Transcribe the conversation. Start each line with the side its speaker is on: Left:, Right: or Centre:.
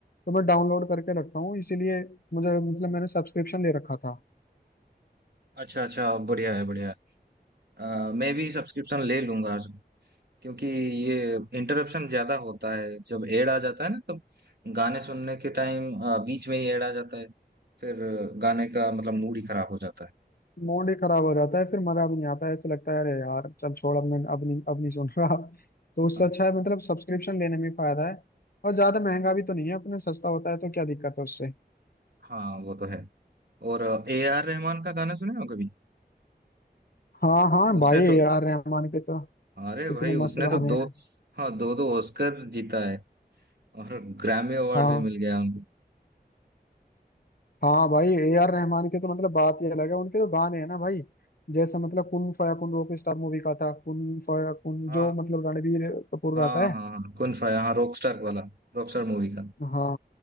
Left: तो मैं डाउनलोड करके रखता हूँ इसीलिए मुझे मतलब मैंने सब्सक्रिप्शन ले रखा था
Right: अच्छा अच्छा बढ़िया है बढ़िया है। आ, मैं भी सब्सक्रिप्शन ले लूंगा क्योंकि ये इंटरप्शन ज्यादा होता है जब एड आ जाता है ना तब गाने सुनने के टाइम बीच में ही एड आ जाता है फिर अ, गाने का मतलब मूड ही खराब हो जाता है
Left: मूड ही खराब हो जाता है फिर मजा भी नहीं आता है ऐसे लगता है अरे यार चल छोड़ अब मैं अब नहीं अब नहीं सुन रहा तो उससे
Right: हाँ
Left: अच्छा है मतलब सब्सक्रिप्शन लेने में फायदा है और ज्यादा महंगा भी तो नहीं है अपने सस्ता होता है तो क्या दिक्कत है उससे
Right: हाँ वो तो है और ए आर रहमान का गाना सुने हो कभी
Left: हाँ हाँ
Right: उसने
Left: भाई ए
Right: तो
Left: आर रहमान के तो
Right: अरे
Left: इतने
Right: भाई
Left: मस्त
Right: उसने
Left: गाने
Right: तो दो
Left: हैं
Right: हाँ दो दो ऑस्कर जीता है और ग्रैमी अवार्ड
Left: हाँ
Right: भी मिल गया उनको
Left: हाँ भाई ए आर रहमान के तो मतलब बात ही अलग है उनके तो गाने हैं ना भाई जैसे मतलब Kun Faya Kun Rockstar movie का था कुन फया कुन
Right: हाँ
Left: जो मतलब रणबीर कपूर
Right: हाँ
Left: गाता है
Right: हाँ हाँ कुन फाया हाँ रॉकस्टार वाला रॉकस्टार मूवी का
Left: हाँ